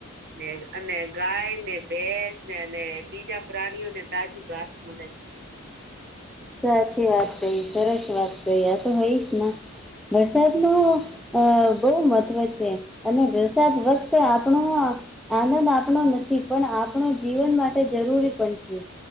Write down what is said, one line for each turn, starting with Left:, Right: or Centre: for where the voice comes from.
Right: ને અને ગાયને, ભેસને અને બીજા પ્રાણીઓને તાજું ઘાસ મળે.
Centre: સાચી વાત કરી, સરસ વાત કહી, આ તો હોઈશના વરસાદનો અ બઉ મહત્વ છે, અને વરસાદ વખત આપણો આનંદ આપણો નથી પણ આપણા જીવન માટે જરૂરી પણ છે.